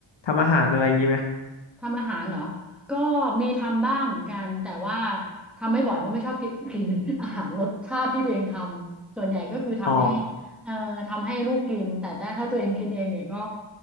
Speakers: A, on the left (about 60°); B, in the centre.
A: ทำอาหารอะไรอย่างงี้ไหม
B: ทำอาหารเหรอก็มีทำบ้างเหมือนกันแต่ว่าทำไม่บ่อยเพราะไม่ชอบกิน <laughs> กิน <laughs> อาหารรสชาติที่ตัวเองทำส่วนใหญ่ก็คือทำให้
A: อ๋อ
B: เอ่อทำให้ลูกกินแต่แต่ถ้าตัวเองกินเองเนี่ยก็